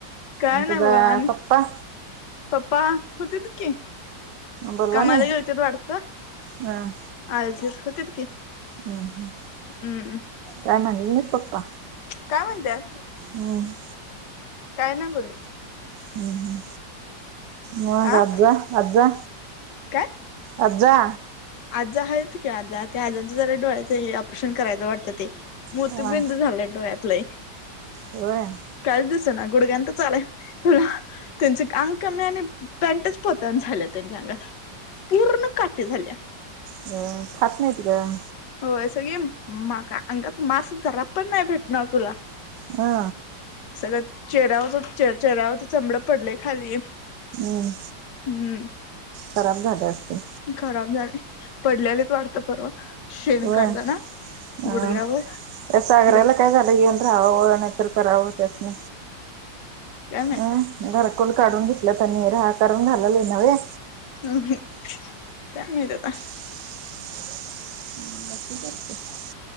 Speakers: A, on the left; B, on the right.
A: काय
B: आणि
A: नाही
B: तुझा
A: ब आणि
B: पप्पा?
A: पप्पा होतीत की.
B: बोलला
A: कामाला
B: नाही
A: गेलतीत वाट,
B: हम्म
A: आलतीत हुतीत कि
B: हम्म हम्म
A: हम्म
B: काय म्हणल नाय पप्पा?
A: काय म्हणत्यात?
B: हम्म
A: काय नाय बोललीत.
B: हं हं मग
A: आ
B: आजा आज्जा
A: काय
B: आज्जा
A: आजा आहेत की आजा ते आजांचं जरा डोळ्यांचं हे ऑपरेशन करायचं वाटतं ते मोतीबिंदू
B: होय
A: झालंय डोळ्यात लई
B: व्हय
A: कायच दिसना गुडघ्यानं तर चालाय तुला त्यांचे अंग कमी आणि पॅन्टच पतन झाल्या त्यांच्या अंगात पूर्ण काठी झाल्या
B: व्हय खात नाहीत गं
A: व्हय सगळी मा काय अंगात मास जरा पण नाही भेटणार तुला
B: हा
A: सगळं चेहऱ्यावर चेह चेहऱ्यावरच चमडं पडलय खाली
B: हम्
A: हम्म
B: खराब झाल्या असतील.
A: खराब झालय पडल्यालीत वाटत परवा शेण
B: व्हय
A: काढताना
B: हा
A: गुडघ्यावर
B: या सागऱ्याला
A: ग
B: काय काय झालं येऊन राहावं नाय तर करावं त्यासनी
A: काय माहित
B: अ घरकुल काढून घेतल्यात आणि राह करून घालायला येईना व्हय.
A: अ हं काय माहित आता?
B: <inaudible> हं बाकीचं असतंय